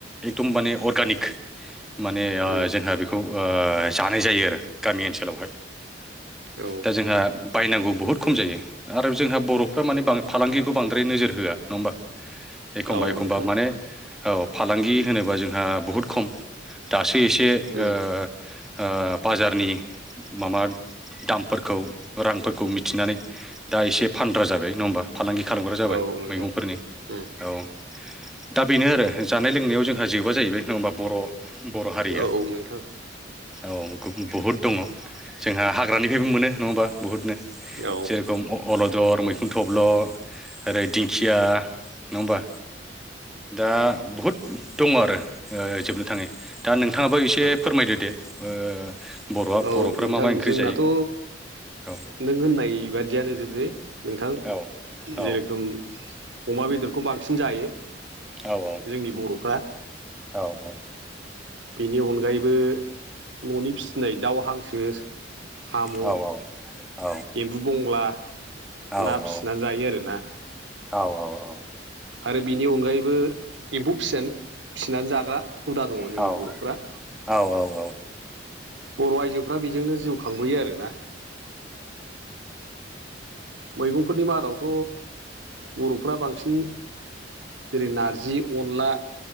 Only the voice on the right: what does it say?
उम
औ
औ
नोंथां
उम
औ नोंथां
उम
औ नोंथां
औ उम औ
औ
औ
नोंथां
जोंनाथ'
नों होननाय बादियानो जोबसै नोंथां
जेरोखोम अमा बेदरखौ बांसिन जायो।
जोंनि बर'फ्रा
बेनि अनगायैबो न'नि फिसिनाय दाउ हांसो। साम'।
एम्बु बंला
ना फिसिनानै
जायो आरोना।
आरो बिनि अनगायैबो एम्फौ फिसिनानै जाग्रा हुदा दङ
जोंनि बर'फोरा
बर' आइजोफ्रा बेजोंनो जिउ खांबोयो आरोना। मैगंफोरनि मादावथ' बर'फोरा बांसिन जेरै नारजि अनला।